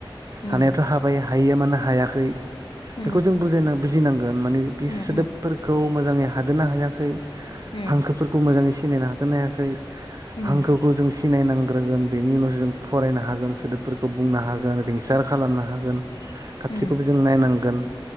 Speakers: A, on the left (about 65°); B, on the right (about 40°).
A: उम
B: हानायाथ' हाबाया हयिया मानो हायाखै
A: उम
B: बेखौ जों बुजायना बुजिनांगोन माने बे
A: उम
B: सोदोबफोरखौ
A: उम
B: मोजाङै हादनो हायाखै
A: उम
B: हांखोफोरखौ मोजाङै सिनायनो हादेरनो हायाखै
A: उम
B: हांखोखौ जों सिनायनांग्रोगोन बेनि उनावसो जों फरायनो हागोन सोदोबफोरखौ बुंनो हागोन रिंसार खालामनो हागोन। खाथिखौबो
A: उम
B: जों नायनांगोन